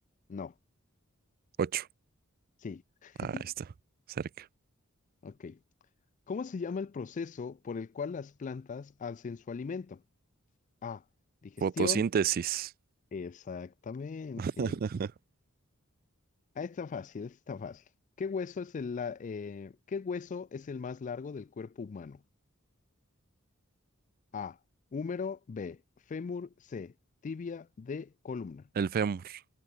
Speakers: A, on the left; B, on the right.
A: No,
B: ocho.
A: sí. <laughs>
B: Ah, ahí está, cerca.
A: Ok. ¿Cómo se llama el proceso por el cual las plantas hacen su alimento? A, digestión.
B: Fotosíntesis.
A: Exactamente.
B: <laughs>
A: Ah, está fácil, está fácil. ¿Qué hueso es el, la- eh, ¿qué hueso es el más largo del cuerpo humano? A. Húmero. B. Fémur. C. Tibia. D. Columna.
B: El fémur.